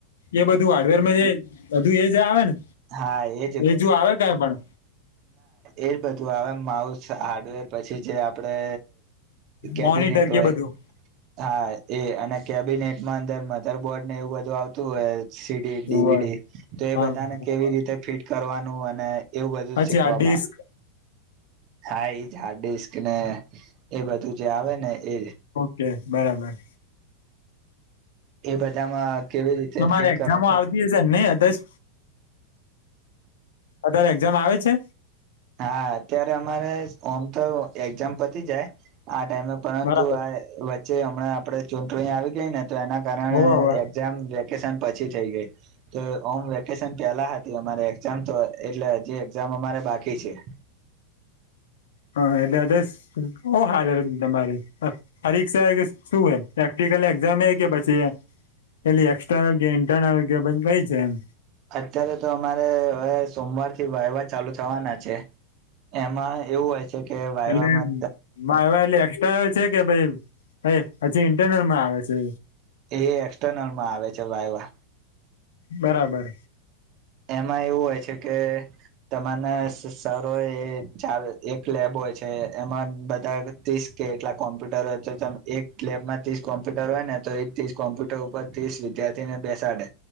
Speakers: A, on the left; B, on the right.
A: એ બધું હાર્ડવેર ધું એજ આવે ને
B: હા એજ
A: હજુ આવે કાઈ પણ
B: એ બધું આવે એમ માઉસ હાર્ડવેર પછી જે આપડે કેબિનેટ
A: મોનિટર કે
B: હોય
A: બધું
B: હા એ અને કેબિનેટ મા અંદર મધર બોર્ડ ને એવું બધું આવતું હોય સીડી
A: હોવે
B: ડીવીડી તો એ
A: હા
B: બધાને કેવી રીતે ફિટ કરવાનું અને એવું બધું
A: અચ્છા
B: શીખવામાં
A: ડિસ્ક
B: હા ઈ હાર્ડડીશ કે એ બધું જે આવે ને એજ
A: કે બરાબર
B: એ બધામાં કેવી રીતે
A: તમારે
B: ફિટ
A: એક્ઝામો
B: કરવા
A: આવતી હશે નહી અધરસ અત્યારે એક્ઝામ આવે છે.
B: હા અત્યારે અમારે ઓમ તો એક્ઝામ પતી જાય આ ટાઈમે પરંતુ
A: બરાબર
B: આ વચ્ચે હમણાં આપડે ચૂંટણી આવી ગઈને તો એના કારણે
A: હોવે હોવે
B: એક્ઝામ વેકેશન પછી થઈ ગઈ તો ઓમ વેકેશન પેલા તો અમારી એક્ઝામ તો એટલે હજી એક્ઝામ અમારે બાકી છે.
A: હા એટલે <unintelligible> હાલ તમારી પરીક્ષા કે શું હોય પ્રેક એક્ઝામ એકે પછી પેલી એક્સટર્નલ કે ઇન્ટરનલ કે કઈ છે એમ
B: અત્યારે તો અમારે હવે સોમવારથી વાયવા ચાલુ થવાના છે. એમાં એવું હોય છે કે વાયવામાં
A: એટલે વાયવા એટલે એક્સ્ટર્નલ છે કે ભાઈ પહી પછી ઇન્ટરનેટમાં આવે છે.
B: એ એક્સટર્નલમાં આવે છે વાયવા
A: બરાબર
B: એમાં એવું હોય છે કે તમાને સરઓ ચા એક લેબો હોય છે એમાં બધા ત્રીસ કે એટલા કોમ્પ્યુટર હોય છે એક લેબમાં ત્રીસ કોમ્પ્યુટર હોય ને તો એક ત્રીસ કોમ્પ્યુટર ઉપર ત્રીસ વિદ્યાર્થી ને બેસાડે